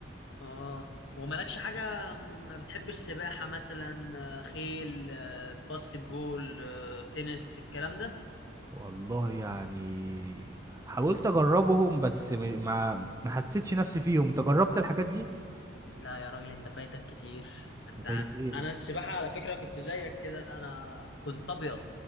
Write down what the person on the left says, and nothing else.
اه ومالكش حاجة ما بتحبش سباحة مثلا آه، خيل آه، باسكت بول آه، تنس الكلام ده
لا يا راجل انت فايتك كتير انت
عن...
انا
السباحة على فكرة كنت زيك كده انا كنت ابيض